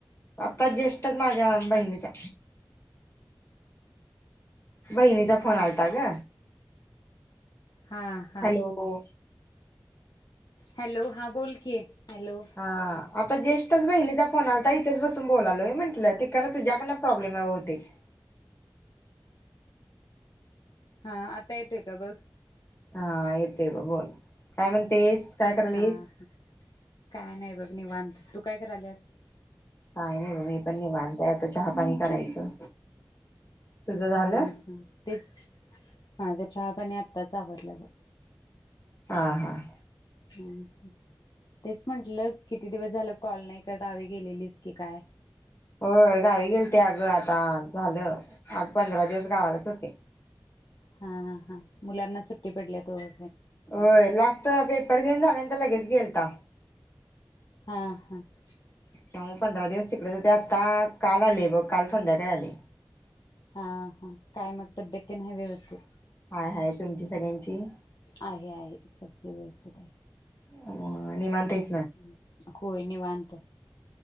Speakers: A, on the left (about 35°); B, on the left (about 65°).
A: आता ज्यष्टच माझ्या बहिणीचा बहिणीचा फोन आलता ग.
B: हा हा.
A: हॅलो
B: हॅलो, हा बोल कि? हॅलो‌.
A: हा आता ज्यष्ठच बहिणीचा फोन आलाता इथेच बसून बोलायलोय. म्हंटलं, तिकडन तुझ्याकडन प्रॉब्लेमआहे बहुतेक.
B: हा आता येतोय का बघ?
A: हा येतोय बग बोल काय म्हणतेस. काय करायलीस
B: हा. काय नाही बघ निवांत तू काय कराल्यास?
A: काय नाही बग मी पण निवानतंय आता चहापाणी करायचं. तुझं झालं
B: हा हा तेच माझ चहा पाणी आत्ताच आवरल्या बग.
A: हां हां.
B: ह तेच म्हंटलं, किती दिवस झालं कॉल नाही काय गावी गेलेलीस की काय?
A: होय गावी गेल ते अगं आता झालं आठ पंधरा दिवस गावालाच होते.
B: हा हा, मुलांना सुट्टी पडल्यात होय.
A: होय ला पेपर देऊन झाल्यानं लगेच गेलता.
B: हा <inaudible>
A: तेव्हा पंधरा दिवस तिकडे हो ते आता काल आले बघ काल संध्याकाळी आले.
B: हा हा, काय मग तब्येत तेन आहे व्यवस्थित?
A: आहे तुमची सगळ्यांची?
B: आहे आहे, सगळे व्यवस्थित आहे.
A: <unintelligible> निवांत आहे.
B: हम्म. होय निवांत.